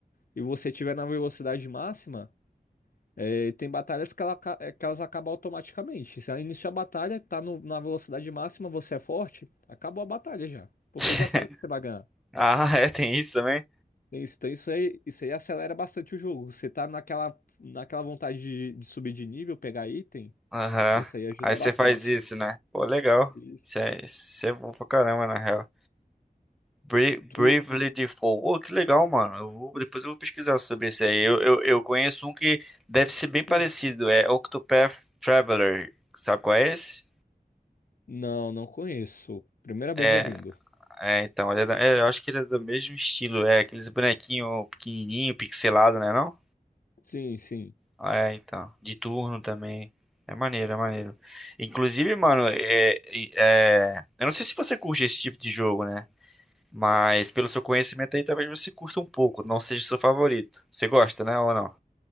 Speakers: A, on the left; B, in the centre.
A: e, e você tiver na velocidade máxima, é, tem batalhas que, ela aca- é, que elas acabam automaticamente. Se iniciar a batalha, tá no- na velocidade máxima, você é forte, acabou a batalha já. Porque
B: <laughs>
A: já sabe que você vai ganhar.
B: Ah, <laughs> é, tem isso também?
A: É isso, Então isso aí, isso aí acelera bastante o jogo. Você tá naquela, naquela vontade de, de subir de nível, pegar item.
B: Aham.
A: Aí isso aí ajuda
B: Aí
A: bastante.
B: você faz isso, né? Pô, legal.
A: Isso.
B: Isso é, isso é bom pra caramba, na real. Bra-
A: Tu.
B: Bravely Default. Pô, que legal, mano. Eu vou- depois eu vou pesquisar sobre isso aí. Eu, eu, eu conheço um que deve ser bem parecido.
A: Hum.
B: É Octopath Traveler. Sabe qual é esse?
A: Não, não conheço. Primeira vez
B: É,
A: ouvindo.
B: é então. Ele é da- é, eu acho que ele é do mesmo estilo. É aqueles bonequinhos pequenininho, pixelado, né? não?
A: Sim, sim.
B: Ah, É, então. De turno também. É maneiro, é maneiro. Inclusive, mano, é, é- eu não sei se você curte esse tipo de jogo, né? Mas pelo seu conhecimento aí, talvez você curta um pouco, não seja seu favorito. Você gosta, né, ou não?